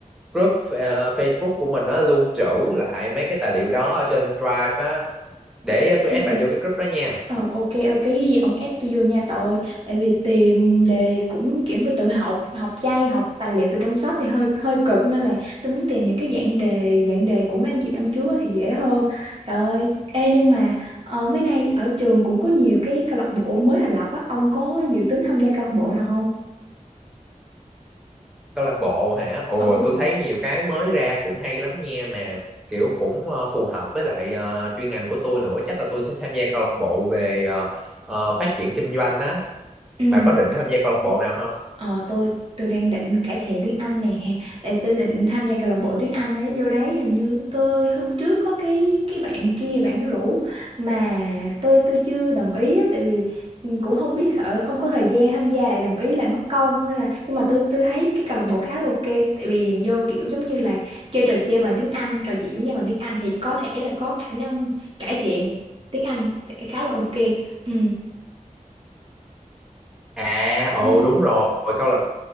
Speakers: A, in the centre; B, on the right.
A: group ờ, Facebook của mình nó lưu trữ lại mấy cái tài liệu đó ở trên Drive á để ờ, tôi
B: Ừ.
A: add vào vô cái group đó nha
B: ờ ok ok cái gì ông ép tôi vô nha tội tại vì tìm đề cũng kiểu mà tự học học chay học tài liệu từ trong sách thì hơi hơi cực nên là tôi muốn tìm những cái dạng đề dạng đề của mấy anh chị năm trước á thì dễ hơn trời ơi ê nhưng mà ờ, mấy nay ở trường cũng có nhiều cái câu lạc bộ mới thành lập á ông có dự tính tham gia câu lạc bộ nào không
A: câu lạc bộ hả ồ
B: ừ
A: tôi thấy nhiều cái mới ra cũng hay lắm nha mà kiểu cũng ờ, phù hợp với lại ờ, chuyên ngành của tôi nữa chắc là tôi sẽ tham gia câu lạc bộ về ờ, ờ, phát triển kinh doanh á
B: ừ
A: bà có định tham gia câu lạc bộ nào không
B: Ờ, tôi tôi đang định cải thiện tiếng Anh nè tại vì tôi định tham gia câu lạc bộ tiếng Anh ấy vô đấy hình như tôi hôm trước có cái cái bạn kia bạn rủ mà tôi tôi chưa đồng ý á, tại vì ừ, cũng không biết sợ không có thời gian tham gia lại đồng ý lại mất công nên là nhưng mà tôi tôi thấy cái câu lạc bộ khá là ok tại vì vô kiểu giống như là chơi trò chơi bằng tiếng Anh trò chuyện với nhau bằng tiếng Anh thì có thể là có khả năng cải thiện tiếng Anh sẽ khá là ok ừ
A: à ồ
B: ừ
A: đúng rồi câu lạc